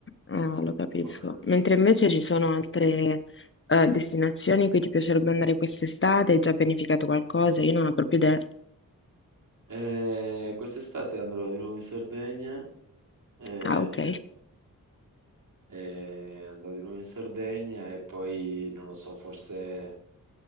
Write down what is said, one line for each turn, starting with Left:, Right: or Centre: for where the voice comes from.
Left: Eh, lo capisco.
Right: un po' il-
Left: Mentre invece ci sono altre eh, destinazioni in cui ti piacerebbe andare quest'estate, hai già pianificato qualcosa? Io non ho proprio idea.
Right: Eh, Eh, quest'estate andrò di nuovo in Sardegna. eh,
Left: Ah, ok.
Right: e andrò di nuovo in Sardegna e poi, non lo so, forse